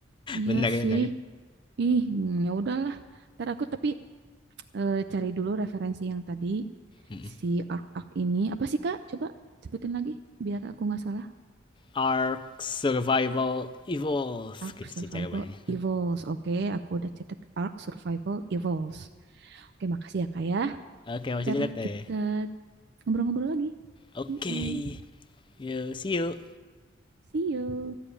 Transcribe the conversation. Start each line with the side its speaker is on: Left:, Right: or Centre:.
Right: Iya
Left: benar ya,
Right: sih,
Left: benar
Right: ih hmm, ya udahlah. Ntar aku tapi eh, cari dulu referensi yang tadi
Left: Mm-mm.
Right: si Ark-Ark ini. Apa sih Kak? Coba sebutin lagi biar aku nggak salah.
Left: Ark Survival Evolve
Right: Ark
Left: gitu sih
Right: Survival
Left: cara mainnya
Right: Evolves, oke, aku udah catat Ark Survival Evolves. Oke, makasih ya Kak ya.
Left: oke masih
Right: Ntar
Left: dilihat deh
Right: kita ngobrol-ngobrol lagi.
Left: oke
Right: Mm-mm.
Left: yuk see you
Right: See you.